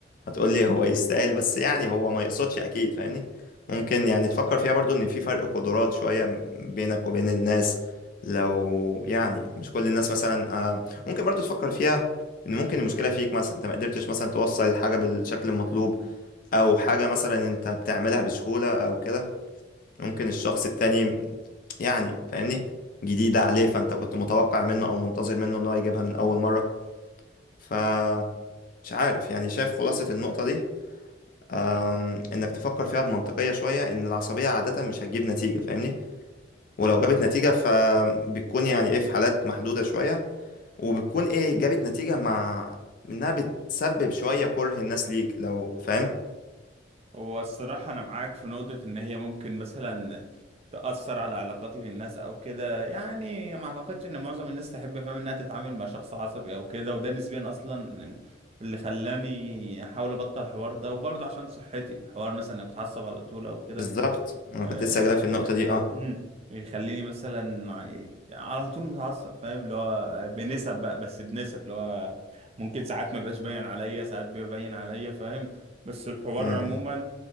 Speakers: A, on the left; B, on the right.
A: هتقول لي هو يستاهل بس يعني هو ما يقصدش اكيد فاهمني ممكن يعني تفكر فيها برضو ان في فرق قدرات شوية بينك وبين الناس لو يعني مش كل الناس مثلا آه، ممكن برضو تفكر فيها ان ممكن المشكلة فيك مثلا انت ما قدرتش مثلا توصل الحاجة بالشكل المطلوب او حاجة مثلا انت بتعملها بسهولة او كده ممكن الشخص التاني يعني فاهمني جديدة عليه فانت كنت متوقع منه او منتظر منه ان هو يجيبها من اول مرة فمش عارف يعني شايف خلاصة النقطة دي أم، انك تفكر فيها بمنطقية شوية ان العصبية عادة مش هتجيب نتيجة فاهمني ولو جابت نتيجة فبتكون يعني ايه في حالات محدودة شوية وبتكون ايه جابت نتيجة مع انها بتسبب شوية كره الناس ليك لو فاهم
B: هو الصراحة أنا معاك في نقطة إن هي ممكن مثلا تأثر على علاقاتي بالناس أو كده يعني ما أعتقدش إن معظم الناس تحب فاهم إنها تتعامل مع شخص عصبي أو كده وده نسبيا أصلا اللي خلاني أحاول أبطل الحوار ده وبرضه عشان صحتي حوار مثلا إنك تتعصب على طول أو كده
A: بالظبط انا
B: آه،
A: كنت لسه جايلك في النقطة دي اه
B: امم يخليني مثلا ع- على طول متعصب فاهم اللي هو بنسب بقى بس بنسب اللي هو ممكن ساعات ما بقاش باين عليا ساعات بيبقى باين عليا فاهم بس الحوار
A: م- م.
B: عموما